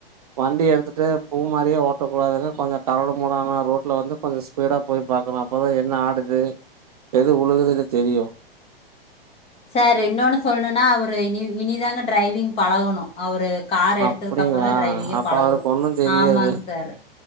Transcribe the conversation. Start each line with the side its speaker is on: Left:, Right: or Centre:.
Right: வண்டி எடுத்துட்டு பூ மாரியே ஓட்டக்கூடாதுங்க கொஞ்ச கரடு முரடான ரோட்ல வந்து கொஞ்ச ஸ்பீடா போய் பாக்கணு அப்பதா என்ன ஆடுது எது உழுகுதுனு தெரியு
Left: சார் இன்னொன்னு சொல்லணுன்னா அவரு இனி இனிதாங்க டிரைவிங் பழகணு அவரு கார் எடுத்ததுக்கு
Right: அப்படிங்களா
Left: அப்புறம்தா டிரைவிங்கே
Right: அப்ப
Left: பழகு
Right: அவருக்கு ஒண்ணும் தெரியாது
Left: ஆமாங் சார்